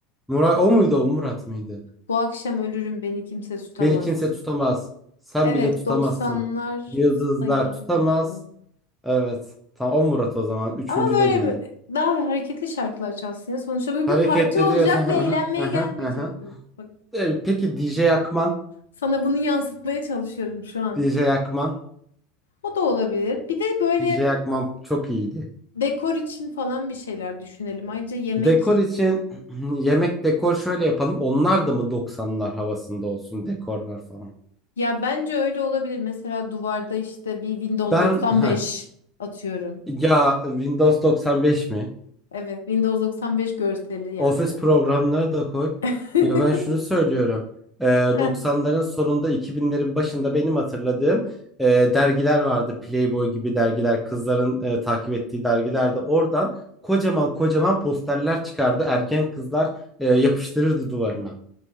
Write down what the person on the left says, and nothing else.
Bu akşam ölürüm beni kimse tutamaz.
Evet
doksanlar
sayılabilir
bu.
Ama böyle
mi- daha hareketli şarkılar çalsın ya. Sonuçta bu
bir parti olacak
ve
eğlenmeye
gelmeyecek
miyiz? Bak
sana bunu yansıtmaya çalışıyorum şu an.
O da olabilir. Bir de böyle
Dekor için falan bir şeyler düşünelim. Ayrıca yemek
ya bence öyle olabilir. Mesela duvarda işte bir Windows
95
atıyorum.
Evet, Windows 95 görseli yani.
<laughs>
Heh,